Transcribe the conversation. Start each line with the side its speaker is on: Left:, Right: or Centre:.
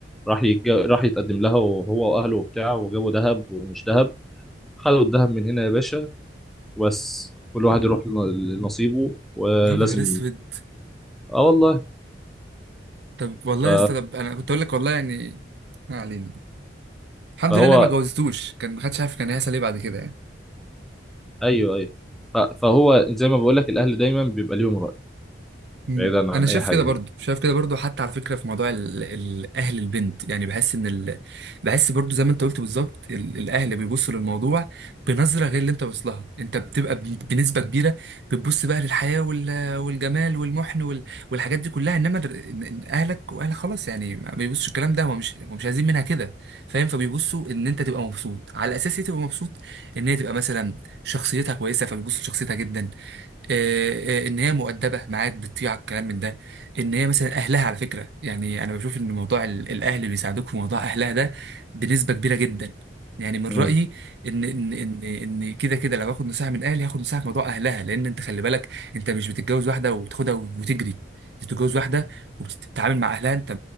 Centre: راح يتج... راح يتقدم لها وهو واهله وبتاع وجابوا دهب ومش دهب خدوا الدهب من هنا يا باشا وبس كل واحد يروح لن- لنصيبه ولازم
Right: يا نهار اسود
Centre: اه والله
Right: طب والله
Centre: ف...
Right: يا اسطى طب انا كنت اقول لك والله يعني ما علينا الحمد
Centre: فهو
Right: لله انا ما جوزتوش كان ما حدش عارف كان هيحصل ايه بعد كده يعني
Centre: ايوه ايوه ف... فهو زي ما بقول لك الاهل دايما بيبقى ليهم رأي
Right: مم.
Centre: بعيدا عن
Right: انا شايف
Centre: اي حاجه
Right: كده برضو
Centre: يعني
Right: شايف كده برضو حتى على فكره في موضوع ال- ال- اهل البنت يعني بحس ان ال... بحس برضو زي ما انت قلت بالظبط ال- الاهل بيبصوا للموضوع بنظره غير اللي انت واصلها انت بتبقى ب- بنسبه كبيره بتبص بقى للحياه وال... والجمال والمحن وال... والحاجات دي كلها انما در... إن- إن اهلك واهلك خلاص يعني ما بيبصوا الكلام ده هو مش هو مش عايزين منها كده فاهم فبيبصوا ان انت تبقى مبسوط على اساس ايه تبقى مبسوط ان هي تبقى مثلا شخصيتها كويسه فبيبصوا لشخصيتها جدا آه، آه، ان هي مؤدبه معاك بتطيع الكلام من ده ان هي مثلا اهلها على فكره يعني انا بشوف ان موضوع ال- الاهل اللي بيساعدوك في موضوع اهلها ده بنسبه كبيره جدا يعني من
Centre: مم.
Right: رايي ان ان ان ان كده كده لو هاخد نصيحه من اهلي هاخد نصيحه في موضوع اهلها لان انت خلي بالك انت مش بتتجوز واحده وبتاخدها وتجري انت بتتجوز واحده وبتتعامل مع اهلها انت